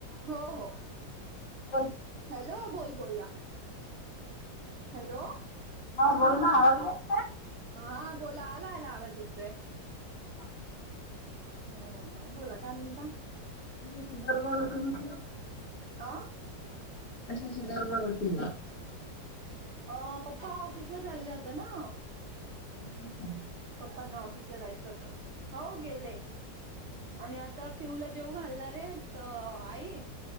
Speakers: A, on the right; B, on the left.
A: हो हो.
B: बोल
A: हॅलो बोल बोला हॅलो.
B: ह बोल ना, आवाज दे.
A: हा बोला आला आला आवाज येतोय.
B: हा.
A: हम् बोला काय म्हणता?
B: त दरबारच म्हटलं <unintelligible>
A: आ
B: अशीच गडबड होती गे.
A: अ पप्पा ऑफिसला चालले होते ना
B: हम् ह <unintelligible>
A: पप्पांना ऑफिसला जायचं होतं हो गेले. आणि आता पिऊला जेऊ घालणार आहे तर आई.